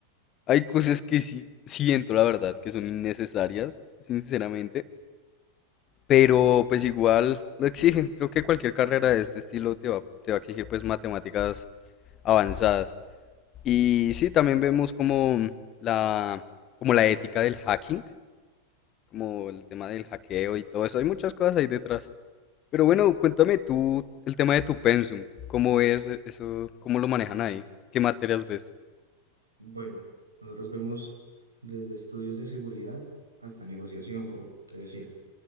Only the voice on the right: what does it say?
Bueno, nosotros vemos desde estudios de seguridad hasta negociación, como te decía.